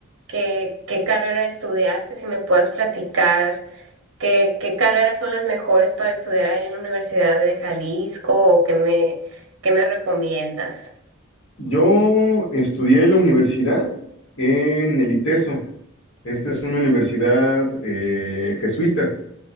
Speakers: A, on the right (about 65°); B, on the left (about 60°).
A: qué, qué carrera estudiaste, si me puedes platicar qué, qué carreras son las mejores para estudiar ahí en la Universidad de Jalisco o qué me, qué me recomiendas.
B: Yo estudié la universidad en el ITESO. Esta es una universidad eh, jesuita